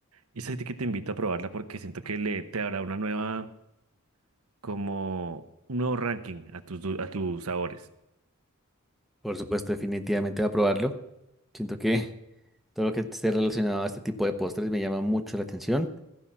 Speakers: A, on the right; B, in the centre.
A: Y es así que te invito a probarla porque siento que le te dará una nueva, como un nuevo ranking a tus, du- a tus sabores.
B: Por supuesto, definitivamente voy a probarlo. Siento que Todo lo que esté relacionado a este tipo de postres me llama mucho la atención